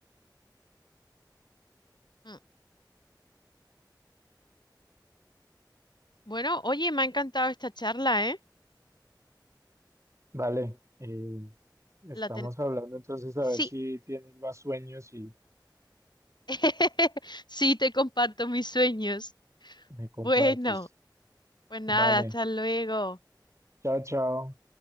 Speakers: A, on the left; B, on the right.
A: Mm. Bueno, oye, me ha encantado esta charla, ¿eh?
B: Vale, eh, estamos
A: La ten...
B: hablando entonces a
A: Sí,
B: ver si tienes más sueños y
A: <laughs> sí, te comparto mis sueños.
B: me compartes.
A: Bueno, pues nada,
B: Vale,
A: hasta luego.
B: chao, chao.